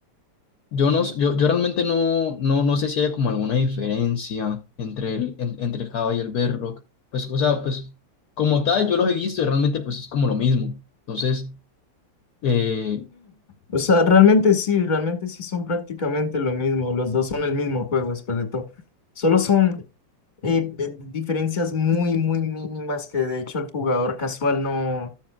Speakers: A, on the left; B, on the left.
A: Yo, no, s- yo, yo realmente no, no, no sé si hay como alguna diferencia entre el, en- entre el Java y el Bedrock. Pues, o sea, pues como tal, yo los he visto y realmente pues es como lo mismo. Entonces, eh,
B: O sea, realmente sí, realmente sí son prácticamente lo mismo. Los dos son el mismo juego después de todo. Solo son eh, eh, diferencias muy, muy mínimas que de hecho el jugador casual no,